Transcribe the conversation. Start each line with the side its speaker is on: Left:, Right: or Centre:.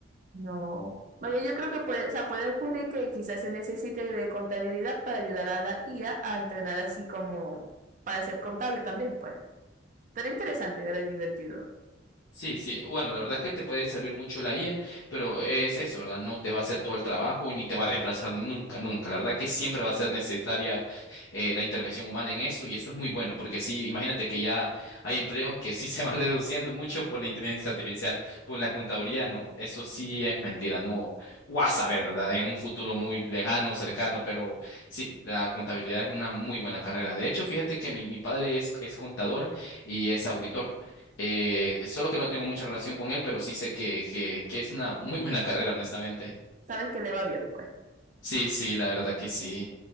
Right: No. Oye, yo creo que puede, o sea, puede ocurrir que quizás se necesite de contabilidad para ayudar a la IA a a entrenar así como para ser contable también, pues. Pero interesante, era y divertido.
Left: Sí, sí. Bueno, la verdad es que te puede servir mucho la IA, pero es eso, ¿verdad? No te va a hacer todo el trabajo ni te va a reemplazar nunca, nunca. La verdad que siempre va a ser necesaria eh, la intervención humana en eso y eso es muy bueno, porque sí, imagínate que ya hay empleos que sí se van <laughs> reduciendo mucho por la inteligencia artificial, por la contaduría, no. Eso sí es mentira, no. Vas a saber, ¿verdad? En un futuro muy lejano, cercano, pero sí, la contabilidad es una muy buena carrera. De hecho, fíjate que mi, mi padre es, es contador y es auditor. Eh, solo que no tengo mucha relación con él, pero sí sé que, que, que es una muy buena carrera, honestamente.
Right: Sabes que le va bien, pues.
Left: Sí, sí, la verdad que sí.